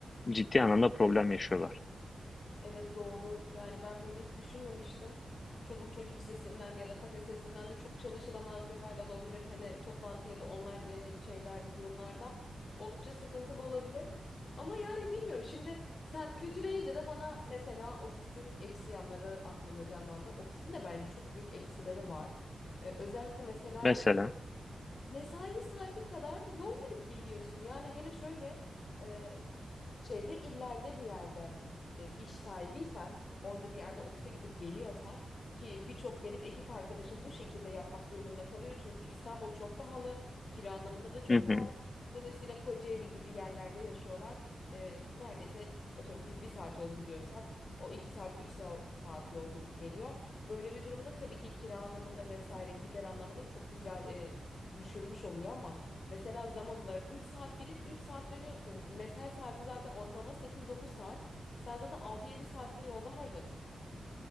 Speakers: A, on the left; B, on the left.
A: Ciddi anlamda problem yaşıyorlar.
B: Evet doğru. Yani ben böyle hiç düşünmemiştim. Çoluk çocuk sesinden ya da kafe sesinden de çok çalışılamaz bir hal alabilir. Hele toplantı ya da online e, şeylerde, durumlarda. Oldukça sıkıntılı olabilir. Ama yani bilmiyorum. Şimdi sen kötüleyince de bana mesela ofisin eksi yanları aklımda canlandı. Ofisin de bence çok büyük eksileri var. E, özellikle mesela
A: Mesela.
B: Mesai saati kadar yol gidip geliyorsun. Yani hele şöyle e, çevre illerde bir yerde e, iş sahibiysen, orada bir yerde ofise gidip geliyorsan ki birçok benim ekip arkadaşım bu şekilde yapmak durumunda kalıyor. Çünkü İstanbul çok pahalı, kira anlamında da çok
A: Hı hı.
B: pahalı. Dolayısıyla Kocaeli gibi yerlerde yaşıyorlar. Ee, neredeyse atıyorum biz bir saat yol gidiyorsak o iki saat üç sa- saat yol gidip geliyor. Böyle bir durumda tabii ki kira anlamında vesaire gider anlamında çok güzel e, düşürmüş oluyor ama mesela zaman olarak 3 saat gidip 3 saat dönüyorsun. Mesai saati zaten ortalama sekiz dokuz saat. Sen zaten altı yedi saatini yolda harcadın.